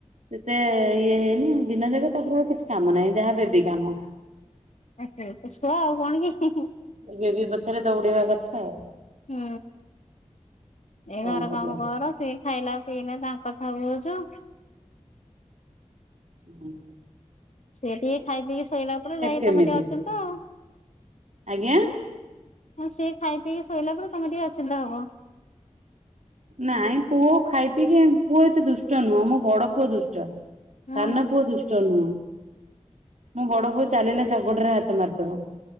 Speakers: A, on the right; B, on the left.
A: ସେତେ ଇଏ ହେଇନି ଦିନେ ଦିନେ ଯାକ ତାପରେ ଆଉ କିଛି କାମ ନାହିଁ ଯାହା ବେବି କାମ।
B: ସେଇତ ଛୁଆ ଆଉ କଣ କି?
A: ବେବି ପଛରେ ଦୌଡିବା କଥା ଆଉ।
B: ହୁଁ ଏ
A: କଣ
B: ଘର
A: କରିବା।
B: କାମ କର ସେ ଖାଇଲା ପିଇଲା ତାଙ୍କ କଥା ବୁଝୁ।
A: ହୁଁ।
B: ସିଏ ଟିକେ ଖାଇ ପିଇକି ଶୋଇଲା ପରେ ଯାଇକି
A: କେମିତି?
B: ତମେ ଟିକେ ଅଚିନ୍ତା ଆଉ।
A: ଆଜ୍ଞା
B: ହଁ ସିଏ ଖାଇ ପିଇକି ଶୋଇଲା ପରେ ତମେ ଟିକେ ଅଚିନ୍ତା ହବ।
A: ନାଇଁ ପୁଅ ଖାଇ ପି କି ପୁଅ ଏତେ ଦୁଷ୍ଟ ନୁହଁ ମୋ ବଡ ପୁଅ ଦୁଷ୍ଟ।
B: ହୁଁ
A: ସାନ ପୁଅ ଦୁଷ୍ଟ ନୁହଁ ମୋ ବଡ ପୁଅ ଚାଲିଲା ଶଗଡ଼ ରେ ହାତ ମାରିଦବ।